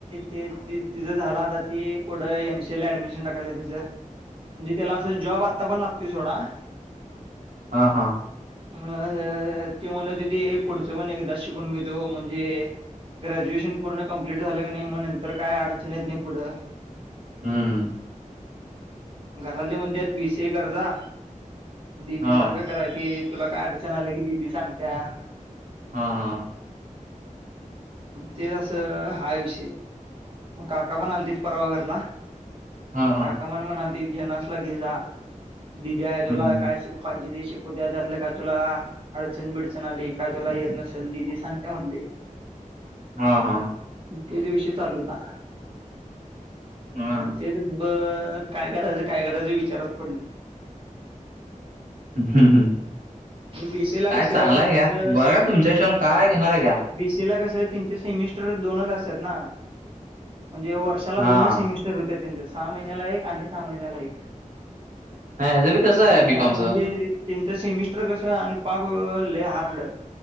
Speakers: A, on the right (about 40°); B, on the right (about 80°).
A: ते तिचं झाला आता. ती पुढं एम सी ला ऍडमिशन टाकायलं तिचं म्हणजे त्याला असं जॉब आता पण लागतो सोडा.
B: हा, हा
A: म ती म्हणत होती ती पुढचं पण एकदा शिकून घेतो म्हणजे? ग्रॅज्युएशन पूर्ण कंप्लीट झालं की नाही? मग नंतर काय अडचण येत नाही पुढं.
B: हम्म.
A: घरातले म्हणत्यात बी सी ए कर्जा दिदी
B: हां.
A: सारखं कराय ते तुला काय अडचण आलं की दिदी सांगत्या?
B: हा, हा
A: तेचं असं हा विषय मग काका पण आले ते परवा घरला?
B: हां हां.
A: काका म्हण म्हणाल ते घेनासला घे जा दिदी आहे. तुला
B: हम्म.
A: काय पाहिजे ते शिक उद्या त्यातलं काय तुला अडचण बिडचण आली काय तुला येत नसेल ददी सांगते म्हटले.
B: हा, हा
A: त्योच विषय चालू होता.
B: हां.
A: तेच ब काय करायचं काय करायचे विचारात पडले.
B: हम्, हम्
A: आणि बीसीए ला
B: काय
A: कसं
B: चांगलंय
A: त्यांचं
B: घ्या बघा काय तुमच्या हिशोबान काय घेणार आहे घ्या?
A: बी सी ए ला कसं त्यांचे सेमिस्टर दोनच असतात ना? म्हणजे वर्षाला
B: हां.
A: दोनच सेमिस्टर वर्षातून सहा महिन्याला एक आणि सहा महिन्याला एक.
B: नाही
A: <inaudible>
B: ह्याचं बी तसंच आहे
A: मी आणि
B: बी कॉमचं.
A: म्हणजे? त्यांचं सेमिस्टर कसं आणि पाग लय हार्ड.